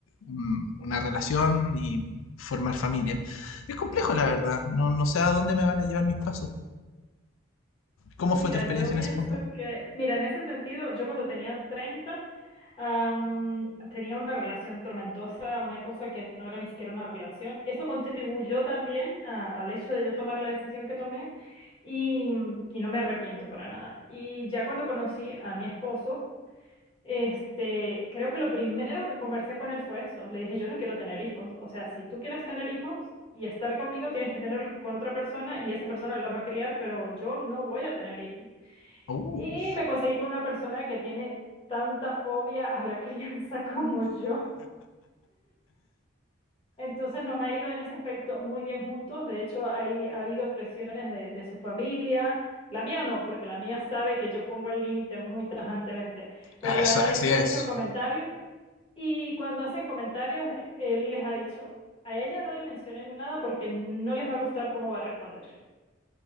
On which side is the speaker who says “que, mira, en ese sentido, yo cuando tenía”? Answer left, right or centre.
Left